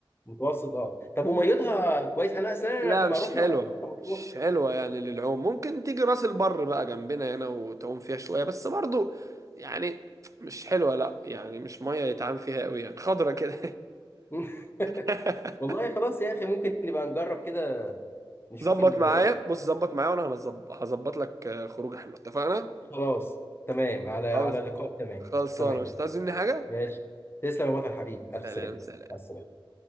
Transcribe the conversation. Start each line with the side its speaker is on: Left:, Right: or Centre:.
Left: متوسط اه طب وميتها كويس انا اصل انا
Right: لا
Left: لما
Right: مش
Left: رحنا
Right: حلوة
Left: مرسى مطروح
Right: مش حلوة يعني للعوم ممكن تيجي راس البر بقى جنبنا هنا وتعوم فيها شوية بس برضو يعني مش حلوة لا يعني مش مية يتعام فيها قوي يعني خضرة كده
Left: <laughs>
Right: <laughs>
Left: والله خلاص يا اخي ممكن نبقى نجرب كده نشوف
Right: ظبط
Left: ال...
Right: معايا بص ظبط معايا وانا هظب- هظبط لك آه، خروجه حلوه اتفقنا
Left: خلاص تمام على على
Right: خلاص
Left: لقاء تمام
Right: خلصانة
Left: تمام
Right: مش هتعوز مني حاجة
Left: ماشي تسلم يا بطل حبيب الف
Right: سلام
Left: سلامه
Right: سلام
Left: مع السلامه